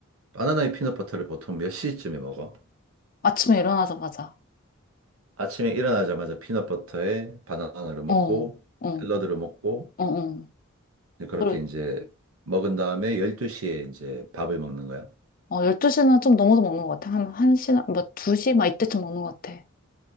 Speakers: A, on the right; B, on the left.
A: 바나나의 피넛버터를 보통 몇 시쯤에 먹어?
B: 아침에 일어나자마자.
A: 아침에 일어나자마자 피넛버터에 바나나를 먹고
B: 어. 어.
A: 샐러드를 먹고
B: 어. 어.
A: 이제 그렇게
B: 그리고
A: 이제 먹은 다음에 12시에 이제 밥을 먹는 거야.
B: 어, 12시는 좀 넘어서 먹는 것 같아. 한 1시나 뭐 2시 막 이때쯤 먹는 것 같아.